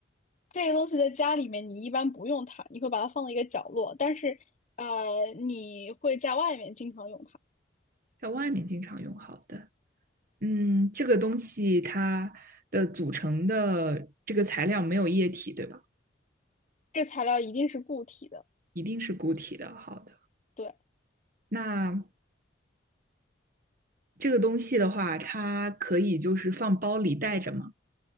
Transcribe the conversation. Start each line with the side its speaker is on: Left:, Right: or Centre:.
Left: 这个东西在家里面你一般不用它，你会把它放到一个角落，但是呃，你会在外面经常用它。
Right: 在外面经常用。好的。嗯，这个东西它的组成的这个材料没有液体，对吧？
Left: 这材料一定是固体的，
Right: 一定是固体的。好的，
Left: 对，
Right: 那这个东西的话，它可以就是放包里带着吗？